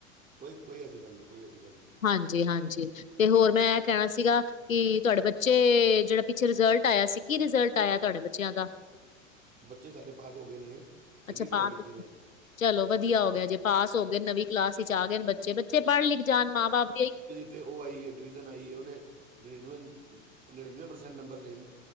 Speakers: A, on the right (about 20°); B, on the left (about 75°).
A: ਕੋਈ ਕੋਈ ਐਸੀ ਗੱਲ ਨਹੀਂ ਕੋਈ ਐਸੀ ਗੱਲ ਨਹੀਂ
B: ਹਾਂਜੀ ਹਾਂਜੀ ਤੇ ਹੋਰ ਮੈਂ ਇਹ ਕਹਿਣਾ ਸੀਗਾ ਕਿ ਤੁਹਾਡੇ ਬੱਚੇ ਜਿਹੜਾ ਪਿੱਛੇ ਰਿਜਲਟ ਆਇਆ ਸੀ ਕੀ ਰਿਜਲਟ ਆਇਆ ਤੁਹਾਡੇ ਬੱਚਿਆਂ ਦਾ
A: ਬੱਚੇ ਸਾਡੇ ਪਾਸ ਹੋ ਗਏ ਨੇ ਚੰਗੀ
B: ਅੱਛਾ
A: ਪੜ੍ਹਾਈ
B: ਪਾਸ
A: ਕੀਤੀ ਨੇ
B: ਚਲੋ ਵਧੀਆ ਹੋ ਗਿਆ ਜੇ ਪਾਸ ਹੋ ਗਏ ਨਵੀਂ ਕਲਾਸ ਵਿਚ ਆ ਗਏ ਬੱਚੇ ਬੱਚੇ ਪੜ੍ਹ ਲਿਖ ਜਾਣ ਮਾਂ ਬਾਪ ਦੀ ਇਹੀਓ
A: ਅਤੇ ਉਹ ਆਈਏ ਡਿਵੀਜ਼ਨ ਆਈਏ ਉਹਨੇ ਨੜਿਨਵੇਂ ਨੜਿਨਵੇਂ ਪ੍ਰਸੈਂਟ ਨੰਬਰ ਲਏ ਨ